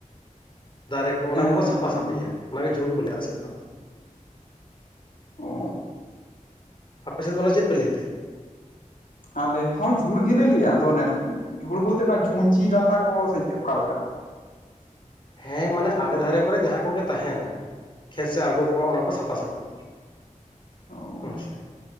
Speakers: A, on the left; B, on the left.
A: ᱫᱟᱨᱮ ᱠᱚ
B: ᱦᱮᱸ
A: ᱚᱱᱟ ᱠᱚᱠᱚ
B: ᱦᱮᱸ
A: ᱥᱟᱯ
B: ᱛᱟᱦᱮᱱ
A: ᱥᱟᱹᱯᱷᱤᱭᱟ
B: ᱜᱮᱭᱟ
A: ᱚᱱᱟᱜᱮ ᱡᱷᱩᱲ ᱠᱚ ᱞᱮᱭᱟ ᱟᱞᱮ ᱥᱮᱫ ᱫᱚ
B: ᱳ
A: ᱟᱯᱮ ᱥᱮᱫ ᱫᱚ ᱚᱱᱟ ᱪᱮᱫ ᱯᱮ ᱞᱟᱹᱭᱛᱮ
B: ᱟᱞᱮ ᱦᱚᱸ ᱡᱷᱩᱲ ᱜᱮᱞᱮ ᱞᱟᱹᱭᱟ ᱟᱫᱚ ᱚᱱᱮ ᱡᱷᱩᱲ ᱵᱚᱞᱛᱮ ᱚᱱᱟ ᱡᱷᱩᱧᱪᱤ ᱰᱟᱴᱟ ᱠᱚ ᱥᱮ ᱪᱮᱫ ᱚᱠᱟ ᱞᱮᱠᱟᱱᱟᱜ
A: ᱦᱮᱸ ᱢᱟᱱᱮ ᱟᱲᱮ ᱫᱷᱟᱨᱮ ᱠᱚᱨᱮ ᱡᱟᱦᱟ ᱠᱚᱜᱮ ᱛᱟᱦᱮᱱᱟ ᱠᱷᱮᱛ ᱥᱮᱜ ᱟᱬᱜᱚ ᱠᱚᱜ-ᱟ ᱚᱱᱟ ᱠᱚ ᱥᱟᱯᱷᱟ ᱥᱟᱹᱯᱷᱤ
B: ᱚ
A: ᱦᱚᱸᱥᱮ